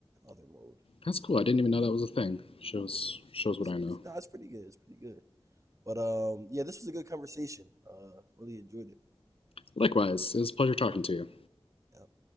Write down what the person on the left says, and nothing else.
That's cool.
I
didn't even know that was a thing. Shows
shows
what I know.
Likewise, it was a pleasure talking to you.